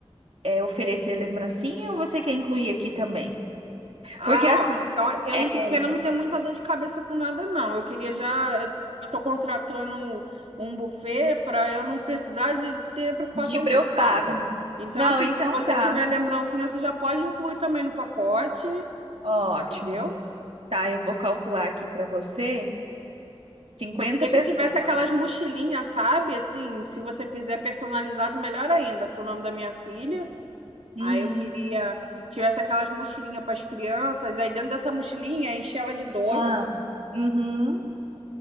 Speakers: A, on the right (about 70°); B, on the right (about 85°).
A: é, oferecer lembrancinha ou você quer incluir aqui também?
B: Ah,
A: Porque assim,
B: ó, ó, eu
A: é,
B: não tô querendo ter muita dor de cabeça com nada, não. Eu queria já. Eu eu tô contratando um buffet para eu não precisar de ter preocupação
A: Gibra
B: com
A: eu pago.
B: nada. Então,
A: Não,
B: assim,
A: então
B: se você
A: tá.
B: tiver lembrancinha, você já pode incluir também no pacote,
A: Ótimo.
B: entendeu?
A: Tá, eu vou calcular aqui pra você 50
B: Eu queria
A: pessoas.
B: que tivesse aquelas mochilinhas, sabe? Assim, se você fizer personalizado, melhor ainda, com o nome da minha filha.
A: Uhum.
B: Aí eu queria que tivesse aquelas mochilinhas para as crianças. Aí dentro dessa mochilinha, enche ela de doce.
A: Ah. Uhum.